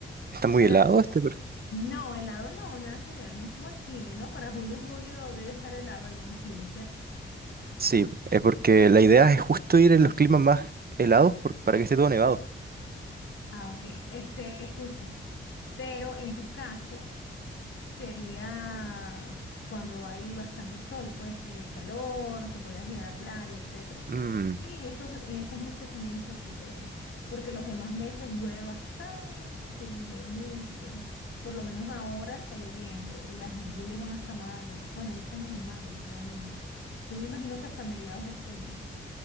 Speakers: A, on the right (about 45°); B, on the left (about 75°).
A: ¿Está muy
B: Para...
A: helado este? per-
B: No, helado no, nada que ver, no es como Chile, ¿no? Para julio, julio debe estar helado allá en Chile, ¿cierto?
A: Sí, es porque la idea es justo ir en los climas más helados por- para que esté todo nevado.
B: Ah, ok. Este, escucha, pero en tu caso... sería cuando hay bastante sol, pues eh, calor, que podías ir a la playa, etcétera.
A: Mm,
B: Y en esos, en esos meses también está súper bien, porque los demás meses llueve bastante, llueve mucho. Por lo menos ahora está lloviendo, las lluvias van hasta mayo. Bueno, ya estamos en mayo realmente. Yo me imagino que hasta mediados de este mes.